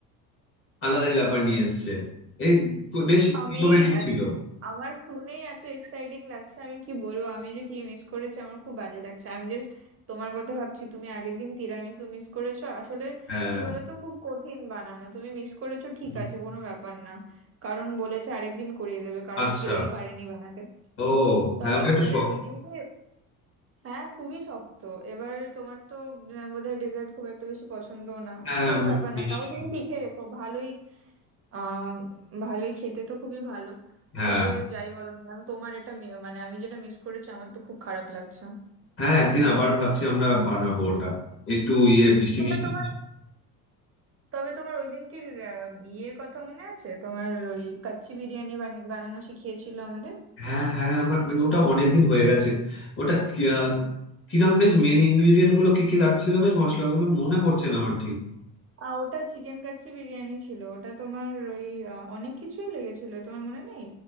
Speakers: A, on the left; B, on the right.
A: আলাদাই ব্যাপার নিয়ে এসছে এই তো বেশ
B: আমি
A: ইনোভেটিভ ছিল
B: আমার শুনেই এত এক্সাইটিং লাগছে আমি কি বলবো আমি যে কি মিস করেছি আমার খুব বাজে লাগছে আমি জাস্ট তোমার কথা ভাবছি তুমি আগের দিন তিরামিসু মিস করেছো আসলে
A: হ্যাঁ
B: কি বলতো খুব কঠিন বানানো তুমি মিস করেছো ঠিক
A: হুম।
B: আছে কোনো ব্যাপার না কারণ বলেছে আরেকদিন করিয়ে দেবে কারণ
A: আচ্ছা
B: কেউই পারেনি বানাতে
A: ও
B: তবে
A: হ্যাঁ ওটা একটা
B: আমাদের
A: শখ
B: ওই দিনকে হ্যাঁ খুবই শক্ত এবার তোমার তো উম, বোধহয় ডেজার্ট খুব একটা বেশি পছন্দ না
A: হ্যাঁ
B: কোনো ব্যাপার
A: মিষ্টি
B: না তাও তুমি শিখে রেখো ভালোই আহ ভালোই খেতে তো খুবই ভালো
A: হ্যাঁ
B: তবে যাই বলো না কেন, তোমার এটা মি- মানে আমি যেটা মিস করেছি আমার তো খুব খারাপ লাগছে
A: হ্যাঁ একদিন আবার ভাবছি আমরা বানাবো ওটা একটু ইয়ে বৃষ্টি
B: তবে
A: বৃষ্টি
B: তোমার তবে তোমার ওই দিন কি আহ, ইয়ের কথা মনে আছে তোমার ওই কাচ্চি বিরিয়ানি বানি- বানানো শিখিয়েছিল আমাদের
A: হ্যাঁ হ্যাঁ আমার মানে ওটা অনেকদিন হয়ে গেছে ওটা কি- আহ, কিরম বেশ মেন ইনগ্রিডিয়েন্ট গুলো কি কি লাগছিল বেশ মশলাগুলো মনে পড়ছে না আমার ঠিক
B: আহ ওটা চিকেন কাচ্চি বিরিয়ানি ছিল ওটা তোমার ওই আহ, অনেক কিছুই লেগেছিল তোমার মনে নেই